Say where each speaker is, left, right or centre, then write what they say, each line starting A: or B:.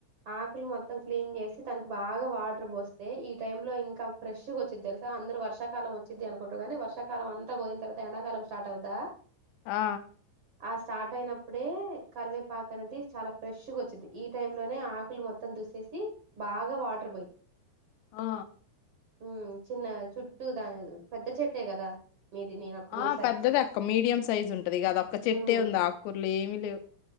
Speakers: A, on the right; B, on the left.
A: ఆకులు మొత్తం క్లీన్ చేసి దానికి బాగా వాటర్ పోస్తే ఈ టైమ్ లో ఇంకా ఫ్రెష్ గొచ్చిద్ది తెలుసా అందరు వర్షాకాలం వచ్చిది అనుకుంటరు గానీ వర్షాకాలం అంతా పోయిన తర్వాత ఎండాకాలం స్టార్ట్ అవుద్దా?
B: ఆ
A: ఆ స్టార్ట్ అయినప్పుడే కరివేపాకు అనేది చాలా ఫ్రెష్ గొచ్చిద్ది ఈ టైం లోనే ఆకులు మొత్తం దూసేసి, బాగా వాటర్ పోయి
B: ఆ
A: హ్మ్ చిన్న చుట్టూ దాన్ పెద్ద చెట్టే కదా మీది నేను అప్పుడు చూసా
B: ఆ పెద్దది అక్క మీడియం సైజ్ ఉంటది, గదొక్క చెట్టే
A: ఉమ్
B: ఉంది ఆక్కూర్ లేమి లేవ్